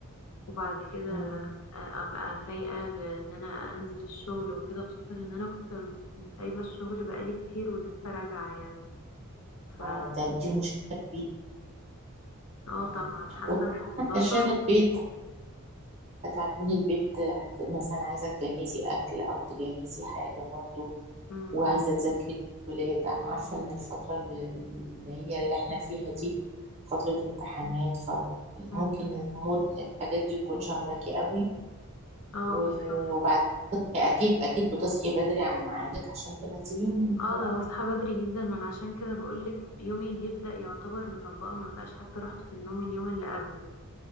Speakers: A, on the left; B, on the right.
A: وبعد كده
B: مم.
A: آه، ابقى فايقة لان انا انزل الشغل وكده خصوصا ان انا كنت م- سايبة الشغل بقالي كتير ولسه راجعة يعني ف
B: اه ده دي مشكلة كبيرة
A: اه
B: مم.
A: طبعا حاسة
B: وطبعاً
A: ان الموضوع
B: علشان
A: صعب
B: البيت هتعملي البيت هت... مثلا عايزة تجهزي أكل أو تجهزي حاجة برضو
A: امم
B: وعايزة أذاكر الولاد أنا عارفة إن الفترة اللي اللي هي اللي إحنا فيها دي فترة امتحانات فممكن
A: امم
B: الأمور الحاجات دي تكون شغلاكي قوي
A: اه
B: و-
A: بالظبط
B: وبعدين بتصحي- أكيد أكيد بتصحي بدري عن ميعادك عشان تنزليهم ال-
A: اه انا بصحى بدري جدا من عشان كده بقولك يومي بيبدأ يعتبر مطبقه ما بقاش حتى رحت في النوم اليوم اللي قبله